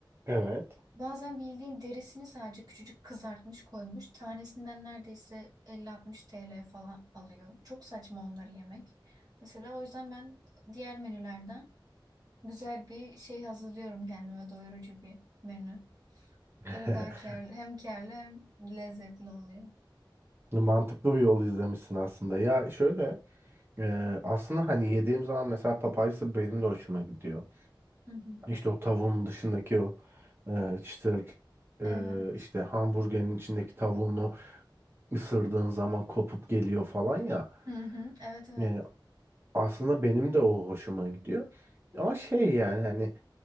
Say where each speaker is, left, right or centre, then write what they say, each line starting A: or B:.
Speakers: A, on the right (about 30°); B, on the right (about 50°).
A: Evet.
B: Bazen bildiğin derisini sadece küçücük kızartmış koymuş. Tanesinden neredeyse 50-60 TL falan alıyor. Çok saçma onları yemek. Mesela o yüzden ben diğer menülerden güzel bir şey hazırlıyorum kendime doyurucu bir menü.
A: <laughs>
B: Böyle daha kârlı, hem kârlı hem lezzetli oluyor.
A: Mantıklı bir yol izlemişsin aslında. Ya şöyle e, aslında hani yediğim zaman mesela papayası benim de hoşuma gidiyor.
B: Hı hı.
A: İşte o tavuğun dışındaki o e, çıtır e,
B: Evet.
A: işte hamburgerin içindeki tavuğunu ısırdığın zaman kopup geliyor falan ya.
B: Hı hı. Evet evet.
A: E, aslında benim de o hoşuma gidiyor. Ama şey yani hani